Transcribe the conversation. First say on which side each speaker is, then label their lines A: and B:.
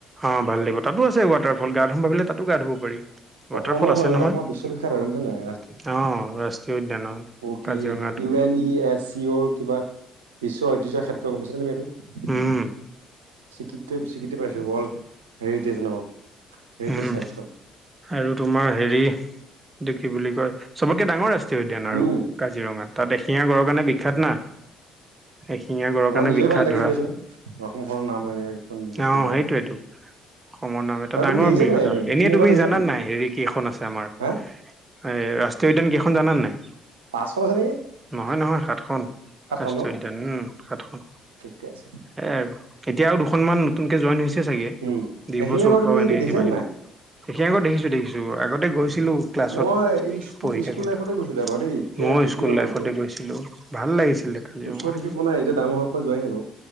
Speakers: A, on the right (about 25°); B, on the right (about 85°).
A: অঁ ভাল দিব তাতো আছে ৱাটাৰফল গা ধুমাবিল তাতো গা ধুব পাৰি ৱাটাৰফল
B: অসমৰ হয়
A: আছে নহয়
B: অসমৰ
A: অ
B: বিশ্ববিখ্যাত হয় গম পাইছা নাই
A: ৰাষ্ট্ৰীয় উদ্যানত
B: অ কি
A: কাজিৰঙাটো
B: U N E S C O কিবা বিশ্ব ঐতিহ্যৰ ক্ষেত্ৰ গম পাইছাে তুমি এইটো
A: উম
B: স্বীকৃতি স্বীকৃতি পাইছে ৱৰ্ল্ড হেৰিটেজ নামত হেৰিটেজ
A: উম
B: চাইট
A: আৰু তোমাৰ হেৰি দুখি বুলি কয় চবতকে ডাঙৰ ৰাস্তা জয় উদ্যান আৰু
B: উম
A: কাজিৰঙা। তাত এশিঙীয়া গঁড়ৰ কাৰণে বিখ্যাত না। এশিঙীয়া গঁড়ৰ
B: আমাৰ
A: কাৰণে
B: নিজৰে
A: বিখ্যাত
B: ভাল লাগে
A: ধৰা,
B: দিয়াচোন অসমখনৰ নাম এনেকা কিছুমান বস্তুৰ
A: অ',
B: কাৰণে
A: সেইটোয়েইটো। অসমৰ নাম এটা এটা
B: আৰু
A: ডাঙৰ
B: তুমি দেখিছা
A: বৃহদা,
B: নাই
A: এনেই
B: এশিঙীয়া
A: তুমি
B: গড় দেখিছা
A: জানা নাই হেৰি কেইখন আছে আমাৰ
B: হা
A: এ ৰাষ্ট্ৰীয় উদ্যান কেইখন জানা নাই?
B: পাঁচখন আছে নেকি
A: নহয় নহয় সাতখন।
B: সাতখন
A: ৰাষ্ট্ৰীয়
B: ন
A: উদ্যান উম, সাতখন।
B: ঠিকে আছে
A: এ এতিয়াও দুখনমান নতুনকে জইন হৈছে চাগে,
B: উম
A: ডিব্ৰুচৌক
B: এশিঙীয়া গড়
A: অ',
B: তুমি
A: এনেকে
B: দেখিছা
A: কিবা কিবি।
B: নাই
A: এশিঙীয়া গঁড় দেখিছোঁ দেখিছোঁ আগতে গৈছোঁ ছিলো ক্লাছত
B: মই স্কুল
A: পঢ়ি থাকোতে,
B: স্কুল লাইফতে গৈছিলো এবাৰ দেই তেতিয়া
A: ময়ো
B: দেখিলো
A: স্কুল লাইফতে
B: ভালকে
A: গৈছিলোঁ। ভাল লাগিছিলে খালি
B: ওচৰত
A: মই,
B: দেখি পোৱা নাই এতিয়া ডাঙৰ হোৱাৰ পৰা যোৱাই নাই বাৰু